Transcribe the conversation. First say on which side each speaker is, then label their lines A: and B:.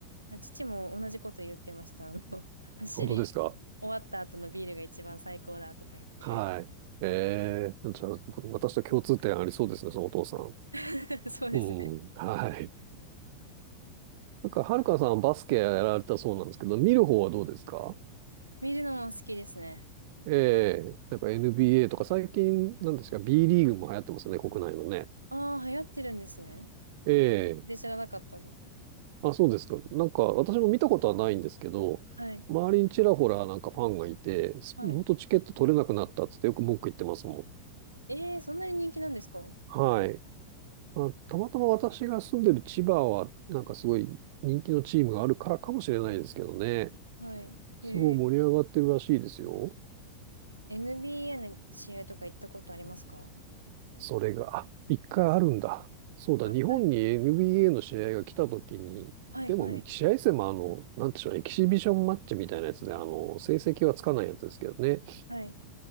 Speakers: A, on the right (about 85°); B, on the right (about 50°).
A: まあ父も同じこと言ってました。あの、<laughs> 走り終わった後のビールが一番最高だとか言って。
B: 本当ですかはい。ええじゃあ、私と共通点ありそうですね、そのお父さん。
A: <laughs> そうですね。
B: うん、はい。なんか、はるかさんバスケやられたそうなんですけど、見る方はどうですか
A: 見るのも好きですね。
B: ええなんか NBA とか最近、なんですか、B リーグも流行ってますね、国内のね。
A: ああ、流行ってるんですね。
B: ええ
A: で、知らなかったです。
B: あ、そうですか。なんか、私も見たことはないんですけど、
A: はい。
B: 周りにちらほらなんかファンがいて、すほんとチケット取れなくなったっつってよく文句言ってますもん。
A: はい。えー、そんなに人気なんですか
B: はい。まあ、たまたま私が住んでる千葉は、なんかすごい人気のチームがあるからかもしれないですけどね。
A: はい。へえ。
B: すごい盛り上がってるらしいですよ。
A: NBA の試合とか行ったことありますか
B: それが、あ、一回あるんだ。そうだ、
A: あ、
B: 日本に
A: あるんです
B: NBA の試合が来た時に、
A: はいはい。
B: でも試合戦もあの、なんでしょうね、エキシビションマッチみたいなやつで、あの、成績はつかないやつですけどね。
A: はい。